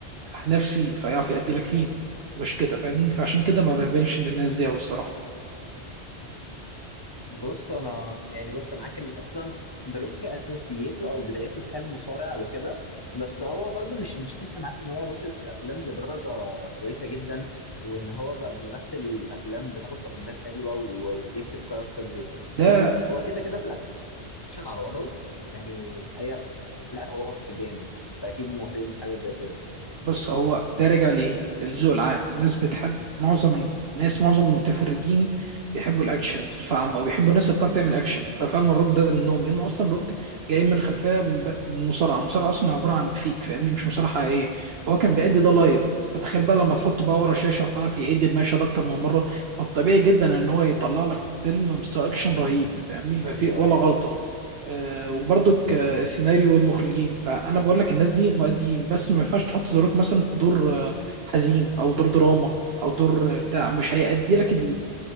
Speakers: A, on the right; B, on the left.
A: نفسي فيعرف يأدي لك فيه مش كده فاهمني فعشان كده ما بقبلش للناس دي أوي الصراحة
B: بص انا يعني بص أنا معاك ان اصلا ذا روك اساسيته او بدايته كان مصارع وكده بس هو برضو مش مش هنكر معاك ان هو وصل في الافلام لدرجه كويسه جدا وان هو بقى بيمثل افلام بتاخد تقييمات حلوه و- وبيكتب كاركترز وقصص
A: ده
B: حلوه هو كده كده في الاكشن على وضعه يعني اي افلام هو جامد انت اكيد موافقني في حاجه زي كده
A: بص هو ده راجع ليه للذوق العام الناس بتحب معظم الناس معظم المتفرجين بيحبوا الاكشن بصفه عامه او بيحبوا الناس اللي بتعرف تعمل اكشن ففعلا الروك ده منهم لان اصلا الروك جاي من خلفيه من ب- من مصارعه المصارعه اصلا عباره عن فيك فاهمني مش مصارعه حقيقيه فهو كان بيأدي ده لايف فتخيل بقى لما تحطه بقى ورا شاشه ففي يعيد المشهد ده اكتر من مره فالطبيعي جدا ان هو يطلع لك فيلم مستوى اكشن رهيب
B: امم
A: فاهمني ما
B: ايوه
A: في ولا
B: ايوه
A: غلطه آه وبرده
B: بالظبط
A: السيناريو والمخرجين فانا بقول لك الناس دي مؤديين بس ما ينفعش تحط زاروك مثلا في دور آه، حزين او دور دراما او دور آه، بتاع مش هيأدي لك ال...